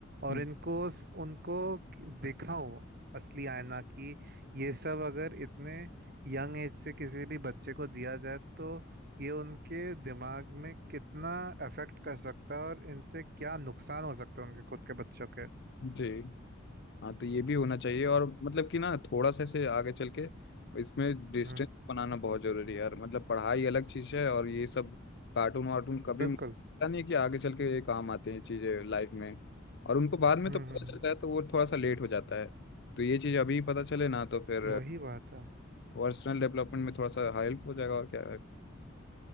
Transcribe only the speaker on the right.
और
इनको उनको दिखाऊं असली आईना कि ये सब अगर इतने यंग एज से किसी भी बच्चे को दिया जाए तो ये उनके दिमाग में कितना अफेक्ट कर सकता है और इनसे क्या नुकसान हो सकता है उनके खुद के बच्चों के
हम्म
बिल्कुल
हम्म
हम्म
हम्म, वही बात है